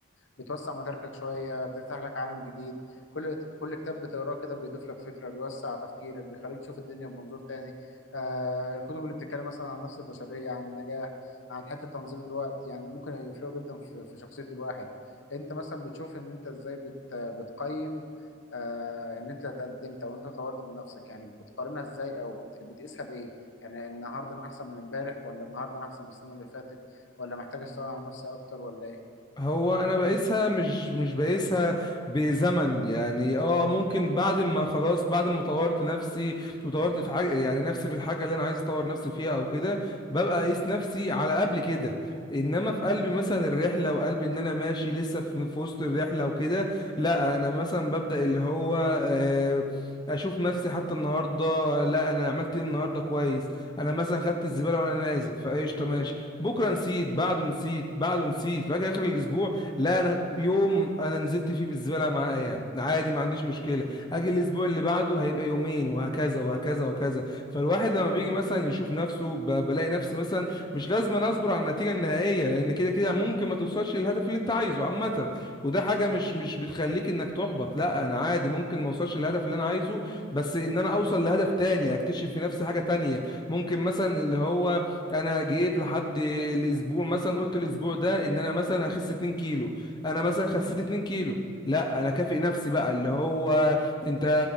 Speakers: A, on the left; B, on the left.
A: بتوسع مداركك شويه بتفتح لك عالم جديد كل كل كتاب بتقراه كده بيضيف لك فكرة بيوسع تفكيرك بيخليك تشوف الدنيا بمنظور تاني آه الكتب اللي بتتكلم مثلا عن النفس البشرية عن النجاح عن حتة تنظيم الوقت يعني ممكن يفرقوا جدا في, في شخصية الواحد انت مثلا بتشوف ان انت ازاي بت بتقيم آه ان انت تقدمت او انت طورت من نفسك يعني بتقارنها ازاي او بت بتقيسها بايه يعني النهارده انا احسن من امبارح ولا النهارده انا احسن من السنة اللي فاتت ولا محتاج اشتغل على نفسي اكتر ولا ايه
B: هو انا بقيسها مش مش بقيسها بزمن يعني اه ممكن بعد ما خلاص بعد ما طورت نفسي وطورت في حاجه يعني نفسي في الحاجه اللي انا عايز اطور نفسي فيها او كده ببقى اقيس نفسي على قبل كده انما في قلب مثلا الرحله وقلب ان انا ماشي لسه في في وسط الرحله وكده لا انا مثلا ببدا اللي هو آه، اشوف نفسي حتى النهارده لا انا عملت ايه النهارده كويس انا مثلا خدت الزباله وانا نازل فايش
A: مم.
B: بكره نسيت بعده نسيت بعده نسيت فاجي اخر الاسبوع لا انا يوم انا نزلت فيه بالزباله معايا عادي ما عنديش مشكله اجي الاسبوع اللي بعده هيبقى يومين وهكذا وهكذا وهكذا فالواحد لما بيجي
A: مم.
B: مثلا يشوف نفسه ب- بلاقي نفسي مثلا مش لازم أنا اصبر على النتيجه النهائيه لان كده كده ممكن ما توصلش للهدف اللي انت عايزه عامه وده حاجه مش
A: مم.
B: مش بتخليك انك تحبط لا انا عادي ممكن ما اوصلش للهدف اللي انا عايزه بس ان انا اوصل لهدف تاني اكتشف في نفسي حاجه تانية ممكن مثلا اللي هو انا جيت لحد الاسبوع مثلا قلت الاسبوع ده ان انا مثلا هخس 2 كيلو انا مثلا خسيت
A: مم.
B: 2 كيلو لا انا كافئ نفسي بقى اللي هو انت